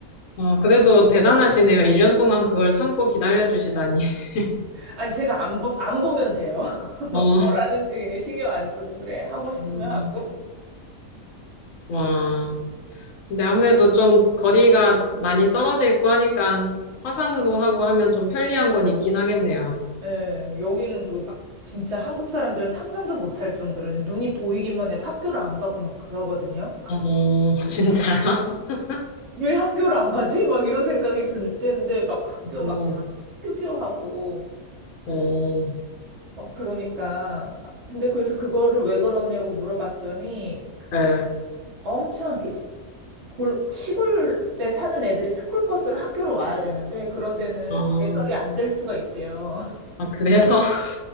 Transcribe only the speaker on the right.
아니 제가 안, 보, 안 보면 돼요 <laughs> 뭘
하는지 그냥 신경 안 쓰고 그래 하고 싶으면
하고
예, 여기는 그리고 막 진짜 한국 사람들은 상상도 못할 정도로 그냥 눈이 보이기만 해도 학교를 안 가고 막 그러거든요
왜 학교를 안 가지? 막 이런 생각이 들 때인데 막 학교
막 다 휴교하고
막 그러니까 근데 그래서 그거를 왜 그러냐고 물어봤더니
엄청 이렇게 시- 골, 시골에 사는 애들이 스쿨버스로 학교로 와야 되는데 그런 데는
제설이 안 될 수가 있대요.